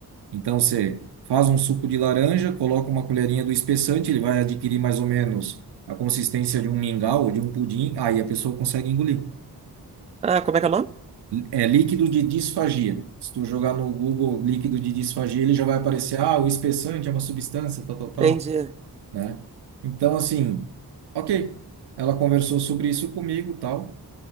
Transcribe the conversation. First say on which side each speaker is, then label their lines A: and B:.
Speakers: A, on the right (about 80°); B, on the right (about 15°).
A: Então você faz um suco de laranja, coloca uma colherinha do espessante, ele vai adquirir mais ou menos a consistência de um mingau ou de um pudim, aí a pessoa consegue engolir.
B: Ah, como é que é o nome?
A: É líquido de disfagia. Se tu jogar no Google líquido de disfagia, ele já vai aparecer, ah, o espessante é uma substância, tal, tal, tal,
B: Entendi.
A: né? Então, assim, ok. Ela conversou sobre isso comigo, tal.